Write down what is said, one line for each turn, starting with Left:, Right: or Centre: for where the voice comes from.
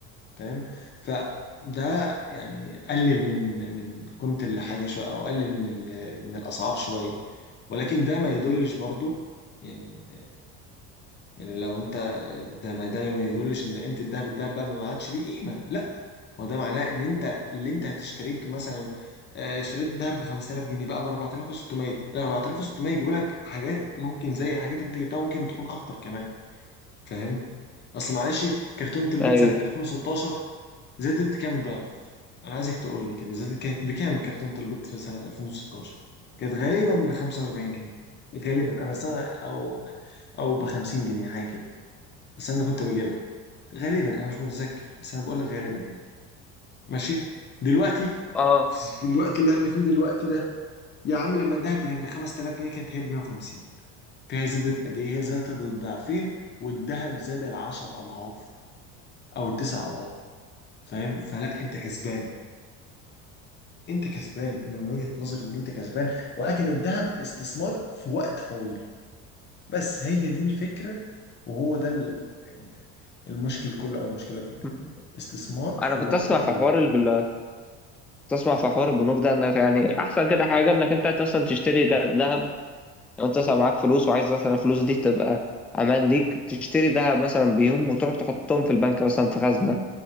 Left: فاهم فده يعني قلل من من قيمه الحاجه شويه او قلل من ال- من الاسعار شويه ولكن ده ما يدلش برضه يعني يعني لو انت ده ما ده ما يدلش ان قيمه الذهب الذهب بقى ما عادش ليه قيمه لا هو ده معناه ان انت اللي انت هتشتريه مثلا آه، اشتريت الذهب ب 5000 جنيه بقى ب 4600 لا 4600 يجيبوا لك حاجات ممكن زي الحاجات اللي انت جبتها ممكن تكون اكتر كمان فاهم اصل معلش كرتونه البيض
Centre: ايوه
Left: سنه 2016 زادت كام ضعف انا عايزك تقول لي كده زادت كانت بكام كرتونه البيض في سنه 2016 كانت غالبا ب 45 جنيه غالبا انا سنه او او ب 50 جنيه حاجه كده. بس انا اللي كنت بجيبها غالبا انا مش متذكر بس انا بقول لك غالبا يعني ماشي دلوقتي
Centre: اه
Left: في الوقت اللي احنا فيه دلوقتي ده يا عم لما الذهب كان ب 5000 جنيه كانت هي ب 150 فهي زادت قد ايه هي زادت الضعفين والذهب زاد العشر اضعاف او التسع اضعاف فاهم فلا انت كسبان انت كسبان انا من وجهة نظري ان انت كسبان ولكن الذهب استثمار في وقت طويل بس هي دي الفكرة وهو ده ال- المشكل كله او المشكلة كلها
Centre: مم.
Left: استثمار في
Centre: انا كنت
Left: وقت
Centre: اسمع
Left: طويل
Centre: في حوار البل... كنت اسمع في حوار البنوك ده انك يعني احسن كده حاجه انك انت مثلا تشتري ج- ذهب لو انت مثلا معاك فلوس وعايز مثلا الفلوس دي تبقى امان ليك تشتري ذهب مثلا بيهم وتروح تحطهم في البنك مثلا في خزنه